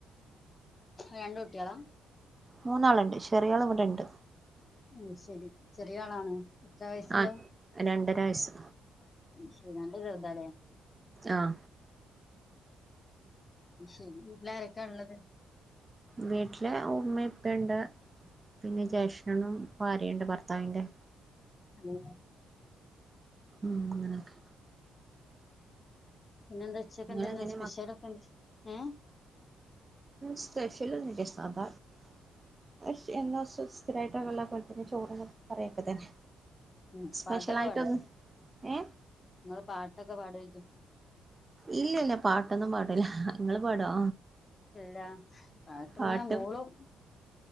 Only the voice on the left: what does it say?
രണ്ട കുട്ടികളാ
ഉ ശരി ചെറിയ ആളാണ് എത്ര വയസുണ്ടാവും?
ശരി നല്ല ചെറുതാ അല്ലെ
ശെരി വീട്ടിലാരൊക്കാ ഉള്ളത്?
ഓ
പിന്നെന്ത ഉച്ചക്കെ
എന്ത സ്പെഷ്യൽ
ഒക്കെണ്ട് ഏ
ഉം
പാട്ടൊക്കെ പാട നിങ്ങള്
പാട്ടൊക്കെ പാടിക്കു
ഇല്ല പഴക്കന്ന
മൂളും